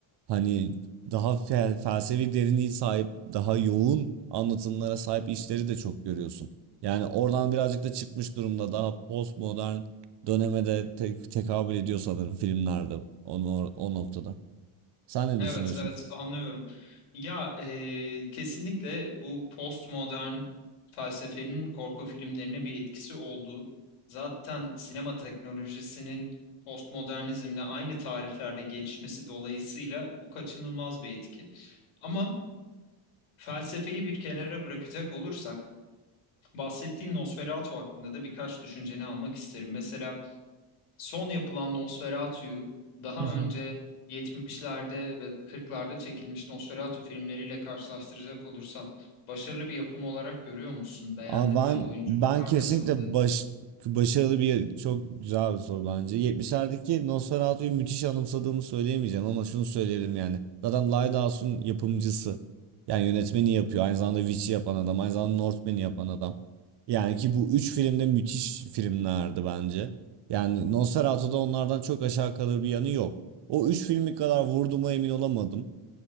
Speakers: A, on the right (about 55°); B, on the left (about 85°).
A: hani daha fel- felsefi derinliği sahip daha yoğun anlatımlara sahip işleri de çok görüyorsun. Yani oradan birazcık da çıkmış durumda daha postmodern döneme de te- tekabül ediyor sanırım filmlerde onu o o noktada. Sen ne
B: Evet,
A: düşünüyorsun?
B: evet anlıyorum. Ya e, kesinlikle bu postmodern felsefenin korku filmlerine bir etkisi oldu. Zaten sinema teknolojisinin postmodernizmle aynı tarihlerde gelişmesi dolayısıyla bu kaçınılmaz bir etki. Ama felsefeyi bir kenara bırakacak olursak bahsettiğin Nosferatu hakkında da birkaç düşünceni almak isterim. Mesela son yapılan Nosferatu'yu daha
A: <laughs>
B: önce 70'lerde ve 40'larda çekilmiş Nosferatu filmleriyle karşılaştıracak olursan başarılı bir yapım olarak görüyor musun? Beğendin
A: Ama ben
B: mi? Oyunculuklar
A: ben kesinlikle
B: nasıldı?
A: baş, başarılı bir çok güzel bir soru bence. 70'lerdeki Nosferatu'yu müthiş anımsadığımı söyleyemeyeceğim ama şunu söyleyebilirim yani. Zaten Lighthouse'un yapımcısı. Yani yönetmeni yapıyor. Aynı zamanda Witch'i yapan adam. Aynı zamanda Northman'i yapan adam. Yani ki bu üç filmde müthiş filmlerdi bence. Yani Nosferatu'da onlardan çok aşağı kalır bir yanı yok. O üç filmi kadar vurduğuma emin olamadım.